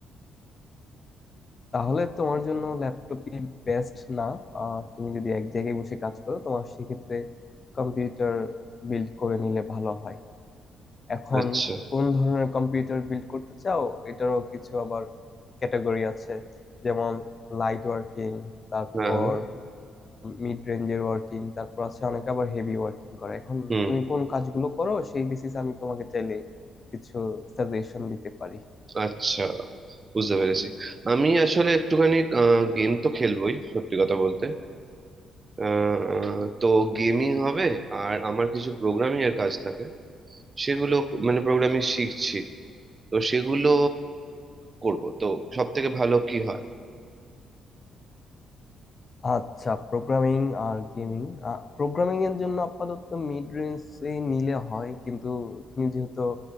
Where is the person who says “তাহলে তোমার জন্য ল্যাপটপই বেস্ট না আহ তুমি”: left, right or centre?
Left